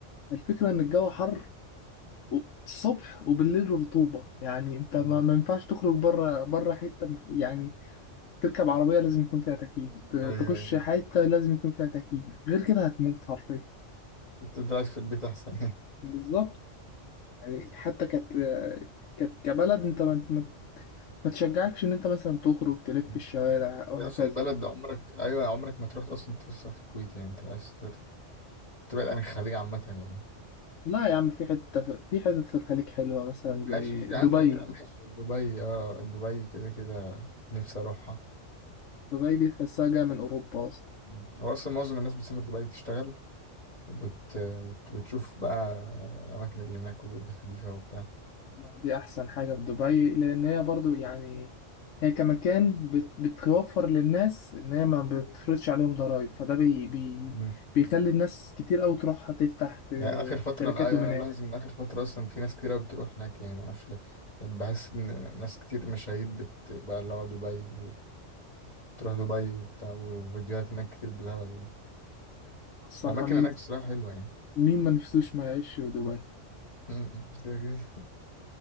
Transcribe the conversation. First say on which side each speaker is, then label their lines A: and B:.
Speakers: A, on the left; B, on the left.
A: الفكرة إن الجو حر و- الصبح وبالليل رطوبة يعني انت
B: مم.
A: ما, ما ينفعش تخرج بره بره حتة م- يعني تركب عربية لازم يكون فيها تكييف ت-
B: ايوه
A: تخش
B: أيوة.
A: حتة لازم يكون فيها تكييف غير كده هتموت حرفيا
B: بتفضل قاعد في البيت احسن يعني
A: بالظبط يعني حتى كت كت كبلد انت ما, ما, ما تشجعكش ان انت مثلا تخرج تلف
B: مم.
A: في الشوارع وهكذا
B: هي اصلا بلد عمرك ايوه عمرك ما تروح اصلا تفسح في الكويت يعني انت عايز تسافر تبعد عن الخليج عامة يعني
A: لا يا عم في حتة في حتت في الخليج حلوة مثلا زي
B: ماشي
A: دبي
B: يعني عندك ماشي دبي اه دبي كده كده نفسي اروحها
A: دبي دي تحسها جاية من أوروبا أصلا
B: مم. هو اصلا معظم الناس بتسافر دبي تشتغل وت... وت... وتشوف بقى الأماكن اللي هناك والجو خفيفة وبتاع
A: دي احسن حاجه في دبي لان هي برضو يعني هي كمكان بت بتوفر للناس ان هي ما بتفرضش عليهم ضرائب فده بي بي
B: مم.
A: بيخلي الناس كتير قوي تروح تفتح ت-
B: يعني آخر فترة
A: شركاتهم
B: أنا أيوة، أنا
A: هناك
B: ملاحظ إن آخر فترة أصلا في ناس كتير أوي بتروح هناك يعني معرفش ليه بحس إن ناس كتير مشاهير بت... بقى اللي هو دبي وتروح دبي وبتاع وفيديوهات هناك كتير بالهبل يعني
A: الصراحه
B: الأماكن
A: مين
B: هناك الصراحة حلوة يعني
A: مين ما نفسوش ما يعيش في دبي
B: م- م. كده كده.